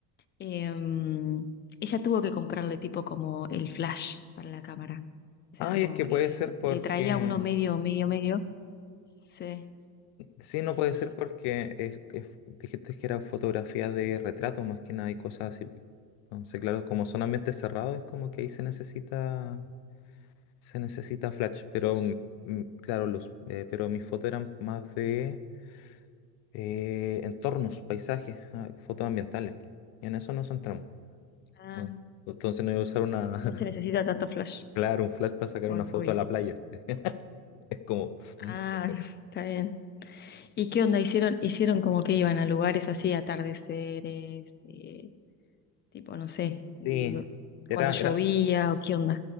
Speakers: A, on the left; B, on the left.
A: em, ella tuvo que comprarle tipo como el flash para la cámara. O sea,
B: Ay,
A: como
B: es que
A: que
B: puede ser porque,
A: le traía uno medio, medio, medio. Sí,
B: sí,
A: y
B: no puede ser porque es, es- dijiste que era fotografía de retrato más que nada y cosas así. po. Entonces, claro, como son ambientes cerrados, es como que ahí se necesita, se necesita flash, pero
A: luz.
B: mm, claro, luz, eh, pero mis fotos eran más de eh, entornos, paisajes, ah, fotos ambientales. Y en eso nos centramos.
A: Ah,
B: ¿no? Entonces no voy a usar una, <laughs>
A: no se necesita tanto flash,
B: claro, un flash para sacar
A: ob-
B: una foto
A: obvio.
B: a la playa. <laughs> Es como, mm,
A: Ah,
B: no sé.
A: <laughs> está bien. ¿Y qué onda? Hicieron, hicieron como que iban a lugares así, atardeceres, eh, tipo, no sé, no-
B: Sí, era,
A: cuando llovía
B: era,
A: o qué onda.